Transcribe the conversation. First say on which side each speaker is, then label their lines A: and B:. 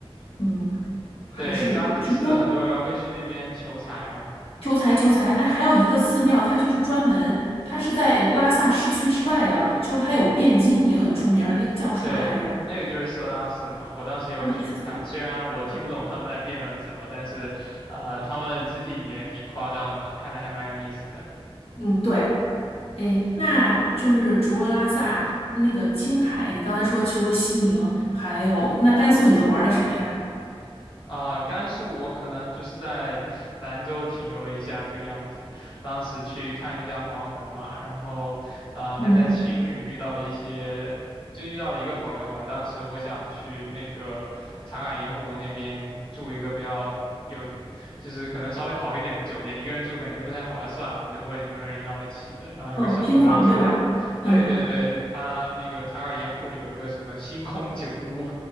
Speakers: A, on the left (about 70°); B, on the left (about 55°).
A: 嗯还是是专
B: 对，扎基寺很多人会去那边求财嘛，
A: 求财求财？哎，还有一个寺庙，它就是专门它是在拉萨市区之外的，就是它有汴京也很出名儿，那个叫什么来着？
B: 对，那个就是色拉寺嘛。我当时有去看，
A: 阿美四四。
B: 虽然我听不懂他们在辩论什么，但是，呃，他们的肢体语言挺夸张的嘛，看的还蛮有意思的。
A: 嗯，对，哎，那就是除了拉萨，那个青海，你刚才说除了西宁，还有那甘肃，你都玩了什么呀？
B: 啊、甘肃我可能就是在 <laughs> 兰州停留了一下这个样子，当时去看了一下黄河嘛，然后呃还在青旅遇到了一些，
A: 嗯，
B: 就遇到了一个朋友吧。当时我想去那个茶卡盐湖那边住一个比较有，就是可能稍微好一点的酒店，一个人住感觉不太划算，我就问有没有人要一起的，然后有个小哥就，
A: 哦，拼房对吧？
B: 对对对，
A: 嗯，
B: 他那个茶卡盐湖有一个什么星空酒屋。